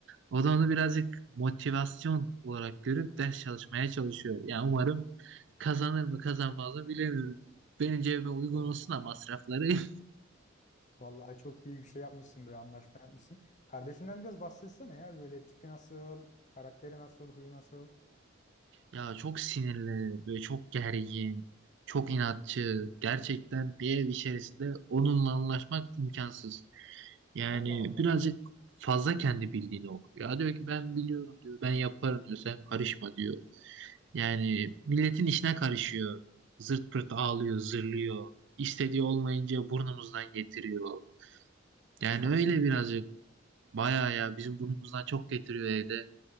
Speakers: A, on the right (about 60°); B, on the left (about 40°).
A: O da onu birazcık motivasyon olarak görüp ders çalışmaya çalışıyor. Yani umarım kazanır mı kazanmaz mı bilemiyorum. Benim cebime uygun
B: hı.
A: olsun da masrafları. <laughs>
B: Vallahi çok iyi bir şey yapmışsın böyle anlaşma yapmışsın. Kardeşinden biraz bahsetsene ya böyle tipi nasıl, karakteri nasıl, huyu nasıl.
A: Ya çok sinirli, böyle çok gergin, çok inatçı. Gerçekten bir ev içerisinde onunla anlaşmak imkansız. Yani
B: Allah Allah.
A: birazcık fazla kendi bildiğini okuyor. Ya diyor ki ben biliyorum diyor, ben yaparım diyor, sen karışma diyor. Yani milletin işine karışıyor. Zırt pırt ağlıyor, zırlıyor. İstediği olmayınca burnumuzdan getiriyor. Yani
B: <laughs> Çok
A: öyle
B: ilginç.
A: birazcık bayağı ya bizim burnumuzdan çok getiriyor evde.